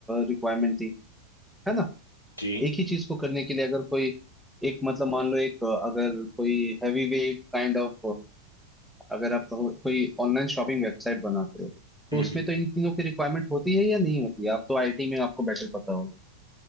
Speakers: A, in the centre; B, on the left.
A: रिक्वायरमेंट थी है ना
B: जी हम्म जी।
A: एक ही चीज को करने के लिए अगर कोई एक मतलब मान लो एक अ, अगर कोई हैवी वेट काइंड ऑफ अगर आप कहो, कोई ऑनलाइन शॉपिंग वेबसाइट बनाते हो तो
B: हम्म
A: उसमें तो इन तीनों की रिक्वायरमेंट होती है या नहीं होती है? आप तो आईटी में आपको बेटर पता होगा